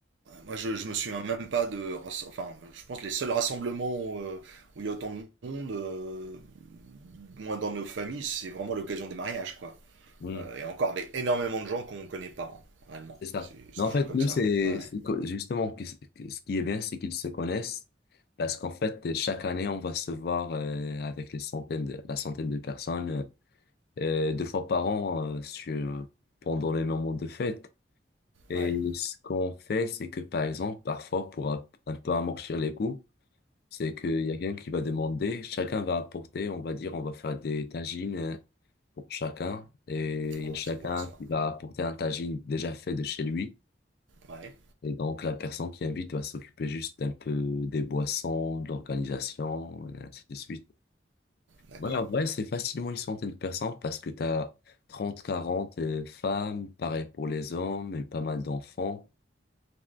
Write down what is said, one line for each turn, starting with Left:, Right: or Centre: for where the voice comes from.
Right: moi je, je me souviens même pas de. rass- Enfin, je pense que les seuls rassemblements euh, où il y a autant de monde, euh, moins dans nos familles, c'est vraiment l'occasion des mariages quoi.
Left: Hmm.
Right: Euh, et encore avec énormément de gens qu'on connaît pas, hein, réellement.
Left: C'est ça.
Right: C'est c'est
Left: Mais en
Right: toujours
Left: fait,
Right: comme
Left: nous,
Right: ça.
Left: c'est
Right: Ouais, ouais.
Left: c'est que- justement que- que- ce qui est bien, c'est qu'ils se connaissent parce qu'en fait, chaque année, on va se voir euh, avec les centaines de, la centaine de personnes euh, euh, deux fois par an euh, sur, pendant les moments de fête. Et
Right: Ouais.
Left: ce qu'on fait, c'est que par exemple, parfois, pour un, un peu amortir les coups, c'est qu'il y a quelqu'un qui va demander, chacun va apporter, on va dire, on va faire des tagines euh, pour chacun et il
Right: Oh,
Left: y a chacun
Right: c'est bon ça.
Left: qui va apporter un tagine déjà fait de chez lui.
Right: Ouais,
Left: Et donc, la personne qui invite va s'occuper juste un peu des boissons, de l'organisation, et ainsi de suite.
Right: d'accord.
Left: Ouais, en vrai, c'est facilement une centaine de personnes parce que tu as 30, 40 euh, femmes, pareil pour les hommes et pas mal d'enfants.